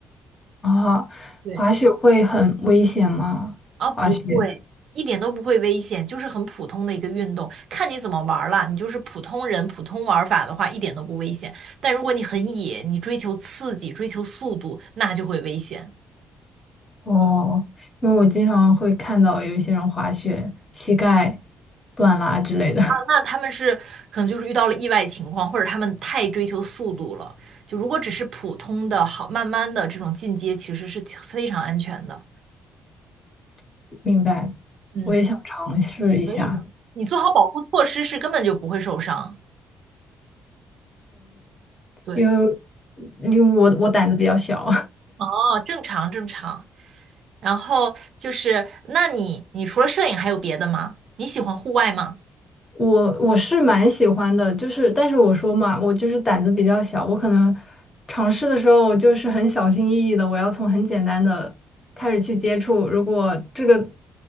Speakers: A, on the left; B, on the right.
A: 啊，
B: 对，
A: 滑雪会很危险吗？
B: 啊，不会，
A: 滑雪？
B: 一点都不会危险，就是很普通的一个运动，看你怎么玩儿了。你就是普通人、普通玩法的话，一点都不危险。但如果你很野，你追求刺激、追求速度，那就会危险。
A: 哦，因为我经常会看到有一些人滑雪膝盖断啦之类的，
B: 那他们是可能就是遇到了意外情况，或者他们太追求速度了。就如果只是普通的好，慢慢的这种进阶，其实是非常安全的。
A: <laughs> 明白。
B: 嗯，
A: 我也想尝试一下，
B: 可以的。你做好保护措施是根本就不会受伤。对，
A: 因为因为我我胆子比较小，
B: 哦，正常正常。然后就是，那你你除了摄影还有别的吗？你喜欢户外吗？
A: <laughs> 我我是蛮喜欢的，就是但是我说嘛，我就是胆子比较小，我可能尝试的时候我就是很小心翼翼的，我要从很简单的开始去接触。如果这个